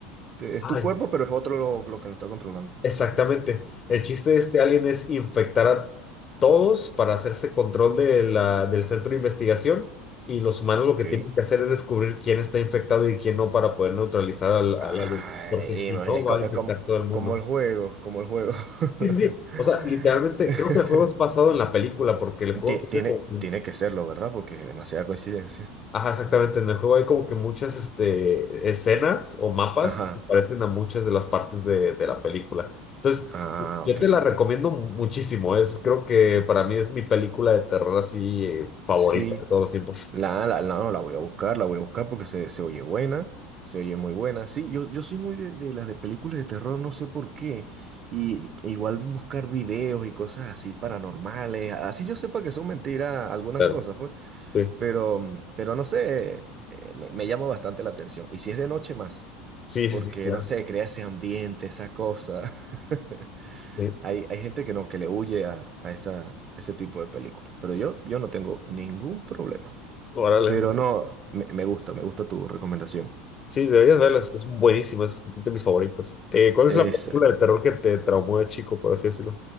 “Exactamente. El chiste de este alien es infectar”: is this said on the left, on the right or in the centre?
Left